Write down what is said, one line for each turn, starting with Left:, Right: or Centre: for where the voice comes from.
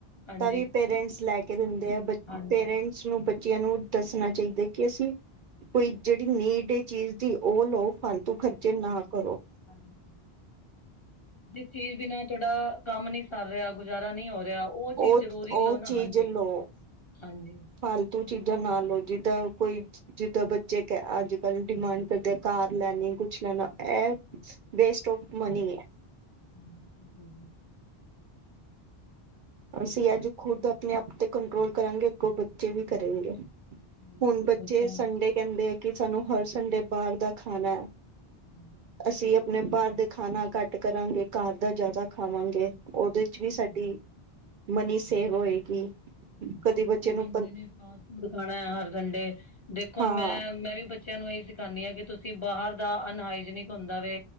Left: ਹਾਂਜੀ
Right: ਤਾਂ ਵੀ ਪੇਰੈਂਟਸ ਲੈ ਕੇ ਦਿੰਦੇ ਆ
Left: ਹਾਂਜੀ
Right: ਪੇਰੈਂਟਸ ਸਗੋ ਬੱਚੇਆਂ ਨੂੰ ਦੱਸਣਾ ਚਾਈਦਾ ਕਿ ਅਸੀ ਕੋਈ ਜੇੜੀ ਨੀਡ ਐ ਚੀਜ਼ ਦੀ ਓ ਲਓ ਫਾਲਤੂ ਖਰਚੇ ਨਾ ਕਰੋ।
Left: ਹਾਂਜੀ, ਜਿਸ ਚੀਜ਼ ਬਿਨਾ ਤੁਆਡਾ ਕੰਮ ਨੀ, ਕਰ ਰੇਆ ਗੁਜ਼ਾਰਾ ਨਈ ਹੋ ਰੇਆ ਓ ਚੀਜ਼
Right: ਉਹ
Left: ਜ਼ਰੂਰੀ
Right: ਉਹ
Left: ਲਓ ਨਾ
Right: ਚੀਜ਼
Left: ਹਾਂਜੀ
Right: ਲਓ
Left: -ਹਾਂਜੀ।
Right: ਫਾਲਤੂ ਚੀਜ਼ਾਂ ਨਾ ਲਓ ਜਿੱਦਾਂ ਕੋਈ ਜਿੱਦਾਂ ਬੱਚੇ ਕ ਅੱਜ -ਕੱਲ ਡਿਮਾਂਡ ਕਰਦੇ ਆ ਕਾਰ ਲੈਣੀ ਕੁਛ ਲੈਣਾ ਐ ਵੇਸਟ ਔਫ ਮਨੀ ਐ।
Left: ਹਾਂਜੀ <inaudible>
Right: ਅਸੀ ਅੱਜ ਖੁਦ ਆਪਣੇ ਆਪ ਤੇ ਕੰਟਰੋਲ ਕਰਾਂਗੇ ਅਗੋ ਬੱਚੇ ਵੀ ਕਰਨਗੇ
Left: ਸਹੀ
Right: ਹੁਣ
Left: ਗੱਲ
Right: ਬੱਚੇ
Left: ਹੈ ਬੱਚਿਆਂ ਨੂੰ।
Right: ਸੰਡੇ ਕੇਂਦੇ ਆ ਕਿ ਸਾਨੂੰ ਹਰ ਸੰਡੇ ਬਾਹਰ ਦਾ ਖਾਣਾ,
Left: ਹਾਂਜੀ,
Right: ਅਸੀਂ ਆਪਣੇ ਬਾਹਰ ਦੇ ਖਾਣਾ ਘੱਟ ਕਰਾਂਗੇ ਘਰ ਦਾ ਜ਼ਾਦਾ ਖਾਵਾਂਗੇ ਓਦੇ ਚ
Left: ਹਾਂਜੀ।
Right: ਵੀ ਸਾਡੀ ਮਨੀ ਸੇਵ ਹੋਏਗੀ
Left: ਹੁ--ਬੱਚੇ
Right: ਕਦੇ ਬੱਚੇ
Left: ਕੇਂਦੇ
Right: ਨੂੰ
Left: ਨੇ ਫਾਸਟ ਫੂਡ ਖਾਣਾ ਹਰ ਸੰਡੇ, ਦੇਖੋ ਹੁਣ
Right: ਹਾਂ
Left: ਮੈਂ -ਮੈਂ ਵੀ ਬ ਬੱਚੇਆਂ ਨੂੰ ਏ ਸਿਖਾਂਣੀ ਆ ਕਿ ਤੁਸੀਂ ਬਾਹਰ ਦਾ ਅਨਹਾਈਜੀਨਿਕ ਹੁੰਦਾ ਵੇ